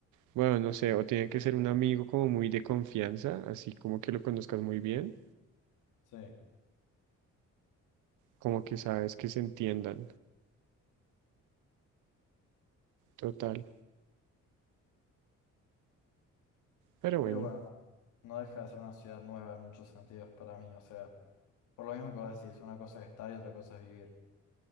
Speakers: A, on the right; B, on the left.
A: bueno, no sé, o tiene que ser un amigo como muy de confianza, así como que lo conozcas muy bien.
B: Sí.
A: como que sabes que se entiendan. Total. Pero bueno.
B: Pero bueno, no deja de ser una ciudad nueva en muchos sentidos para mí. O sea, por lo mismo que vos decís, una cosa es estar y otra cosa es vivir.